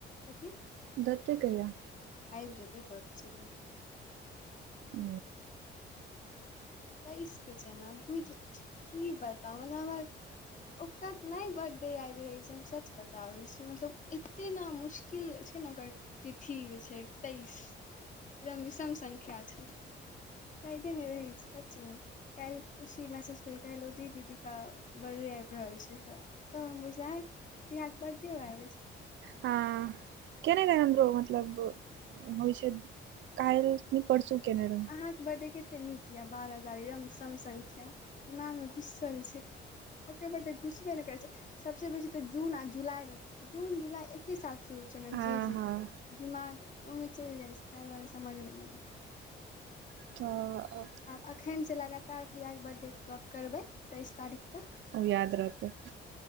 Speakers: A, on the left; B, on the right.
A: कथि
B: देतै कहिया
A: आइब जेतै बस <unintelligible>
B: ओ
A: तइस के छै न बुझ की बताउ मतलब हमर ओकर नइ ब बडे याद रहै छै हम सच बताबै छी मतलब एते न मुश्किल छै न ओकर तिथि जे छै तेइस एकदम विषम संख्या छै यादे नइ रहै छै सचमे काइल खुशी मैसेज केलकै हेलो दी दीदी का बडे आइब रहल छै तऽ तऽ बझलिए आइ प्रया के बड्डे आबै छै
B: हँ केने रहैय हमरो मतलब होइ छै काइल नइ पढ़सू केने रहै
A: अहाँके बर्थडे के कते नीक यऽ बारह बारह एगदम सम संख्या दिमाग मे घुसल छै ओ बे घुसबे ने करै छै सभसँ बेसी तऽ जून आ जुलाईमे जून जुलाइ एकके साथ शुरू छलनि
B: हँ
A: जे जे
B: हँ
A: दिमाग ओहिमे चलि जाइ छै ताहि दुआरे समझमे नहिब छै
B: तऽ
A: आब अखन से लगातार प्रियाके बर्थडे के गप करबै तेइस तारीख त
B: ओ याद रहतै